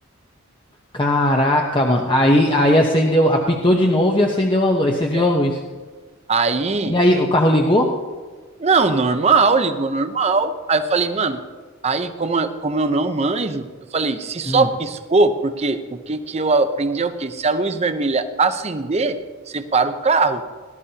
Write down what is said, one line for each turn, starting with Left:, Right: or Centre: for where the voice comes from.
Left: caraca, mano. Aí, aí acendeu, apitou de novo e acendeu a luz. Aí você viu
Right: É,
Left: a luz.
Right: Aí,
Left: E aí, o carro ligou?
Right: não, normal, ligou normal. Aí eu falei, mano, aí como, eu- como eu não manjo, eu falei, se só
Left: Hum,
Right: piscou, porque o que que eu aprendi é o quê? Se a luz vermelha acender, você para o carro.